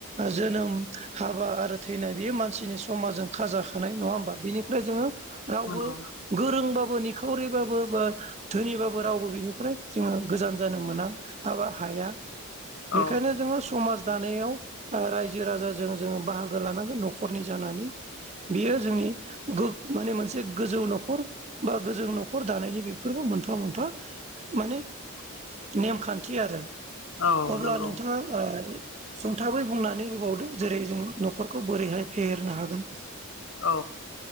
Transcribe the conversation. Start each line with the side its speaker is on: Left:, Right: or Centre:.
Right: जोनोम हाबा आरो थैनाय बेयो मानसिनि समाजजों खाजाखानाय नङा होमबा बिनि ओमफ्राय जोङो रावबो
Left: नंगौ
Right: गोरोंबाबो निखावरिबाबो बा धोनिबाबो रावबो बिनिफ्राय जोङो गोजान जानो मोना माबा हाया
Left: औ
Right: बेखायनो जोङो समाज दानायाव ओ रायजो राजाजों जोङो बाहागो लानांगोन न'खरनि जानानै बेयो जोंनि गो माने मोनसे गोजौ न'खर बा गोजों न'खर दानायनि बेफोरबो मोनफा मोनफा माने नेमखान्थि आरो
Left: औ
Right: अब्ला
Left: नंगौ
Right: नोंथाङा ओ सुंथाबै बुंनानै होबावदो जेरै जों न'खरखौ बोरैहाय फेहेरनो हागोन
Left: औ